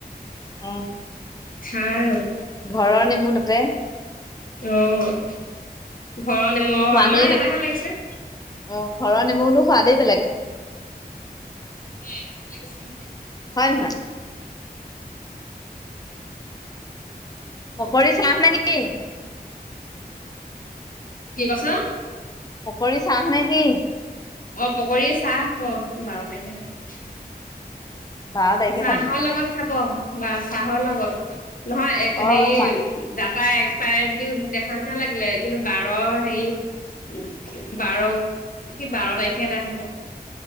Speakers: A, on the left; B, on the left.
A: উম
B: খা আৰু
A: ঘৰৰ নেমূ্ তাতে।
B: অ', ঘৰৰ নেমু অ',
A: সোৱাদেই
B: আমাৰ
A: বেলেগ।
B: এটাহে লাগিছে।
A: অ', ঘৰৰ নেমুনো সোৱাদেই বেলেগ।
B: আমাৰ এটাহে লাগিছে।
A: হয় নহয়। পকৰী চ্লাহ নে কি।
B: কি কৈছ
A: পকৰি চাহ নে কি।
B: অ', পকৰীয়ে চাহ খাব, বাৰ তাৰিখে
A: বাৰ তাৰিখে
B: চাহৰ
A: খাবি।
B: লগত খাব বা চাহৰ লগত, নহয় এ
A: অ'
B: হেৰি
A: চাহ
B: ডাটা এক্সপায়াৰ বুলি দেখা নিচিনা লাগিলে কিন্তু বাৰৰ হেৰি', উম', বাৰ কি বাৰ তাৰিখে এদাই হ'ব',